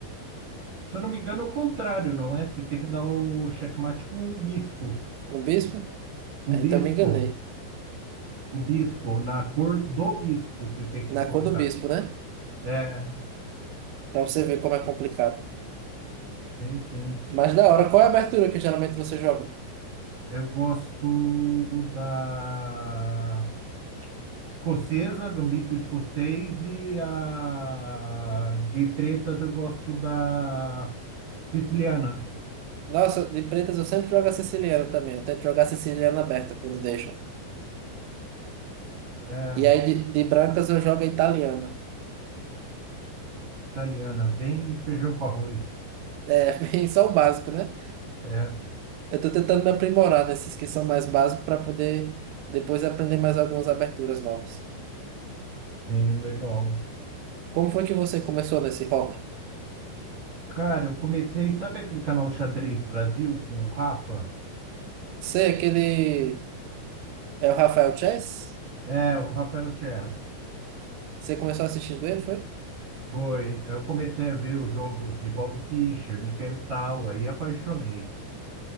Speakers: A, on the right; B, on the right.
A: Se eu não me engano, é o contrário, não é? Você tem que dar o checkmate com o bispo.
B: Com o bispo?
A: Com
B: Aí,
A: o
B: Então
A: bispo.
B: me enganei.
A: Com o bispo. Na cor do bispo você tem que
B: Na
A: colocar.
B: cor do bispo, né?
A: É,
B: Para você ver como é complicado.
A: sim, sim.
B: Mas da hora, qual é a abertura que geralmente você joga?
A: Eu gosto da. Escocesa, Gambito escocês e a de pretas eu gosto da siciliana.
B: Nossa, de pretas eu sempre jogo a siciliana também. Eu tento jogar a siciliana aberta quando deixa.
A: É,
B: E aí de, de brancas eu jogo a italiana.
A: siciliana, bem feijão com arroz.
B: É, <laughs> bem só o básico, né?
A: É,
B: Eu tô tentando me aprimorar nesses que são mais básicos para poder depois aprender mais algumas aberturas novas.
A: bem legal.
B: Como foi que você começou nesse hobby?
A: Cara, eu comecei, sabe aquele canal Xadrez Brasil com o Rafa?
B: Você, é aquele. É o Rafael Chess?
A: É, o Rafael Chess.
B: Você começou assistindo ele, foi?
A: Foi, eu comecei a ver os jogos de Bob Fischer, Mikhail Tal, aí apaixonei